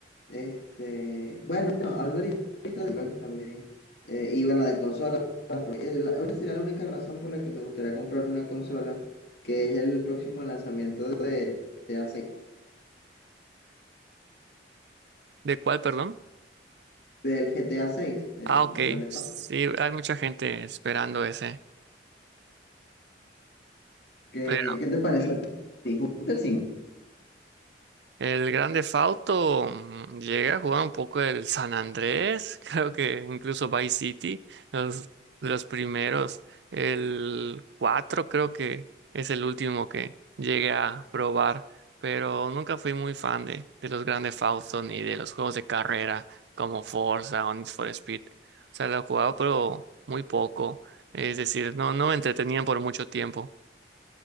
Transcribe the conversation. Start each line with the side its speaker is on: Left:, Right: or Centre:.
Left: Este, bueno, bueno, hablando ahorita ahorita de juegos también, eh, y bueno, de consolas, porque eh, la- ahorita sería la única razón por la que me gustaría comprarme una consola, que es el próximo lanzamiento de GTA seis
Right: ¿De cuál, perdón?
Left: del GTA seis el
Right: Ah, ok,
Left: Grande Theft
Right: sí,
Left: Auto.
Right: hay mucha gente esperando ese.
Left: ¿Qué,
Right: pues
Left: qué te parece? a ti? ¿Jugaste el 5?
Right: El Grande Fauto llegué a jugar un poco el San Andrés, <laughs> creo que incluso Vice City, los, los primeros. El 4 creo que es el último que llegué a probar, pero nunca fui muy fan de, de los Grande Fauto ni de los juegos de carrera como Forza o Need for Speed. O sea, lo he jugado pero muy poco, es decir, no, no me entretenían por mucho tiempo.